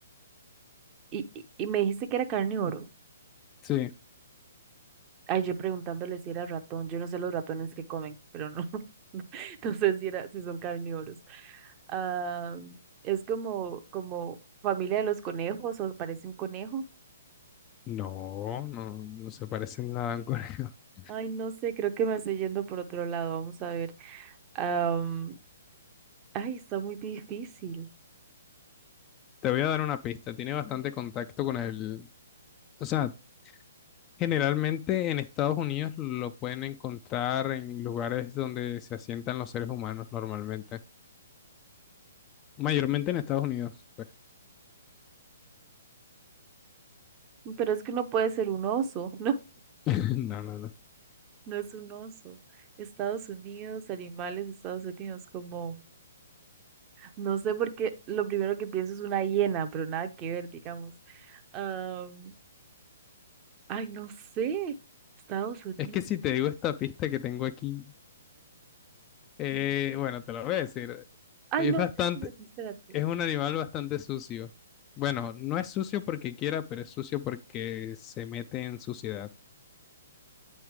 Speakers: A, on the right; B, on the left.
A: y, y- y me dijiste que era carnívoro.
B: sí.
A: Ay, yo preguntándole si era ratón. Yo no sé los ratones que comen, pero no. <laughs> No sé si era, si son carnívoros. ah es como, como familia de los conejos o parece un conejo.
B: No, no, no se parece en nada a un conejo. <laughs>
A: Ay, no sé, creo que me estoy yendo por otro lado. Vamos a ver. Am, ay, está muy difícil.
B: Te voy a dar una pista. Tiene bastante contacto con el... O sea, generalmente en Estados Unidos lo pueden encontrar en lugares donde se asientan los seres humanos normalmente. Mayormente en Estados Unidos, pues.
A: Pero es que no puede ser un oso. <laughs>
B: <laughs> No, no, no.
A: No es un oso. Estados Unidos, animales, de Estados Unidos, como, no sé por qué, lo primero que pienso es una hiena, pero nada que ver, digamos. Am, ay, no sé. Estados Unidos.
B: Es que si te digo esta pista que tengo aquí, eh, bueno, te la voy a decir.
A: Ay,
B: Es
A: no,
B: bastante,
A: espérate, espérate.
B: es un animal bastante sucio. Bueno, no es sucio porque quiera, pero es sucio porque se mete en suciedad.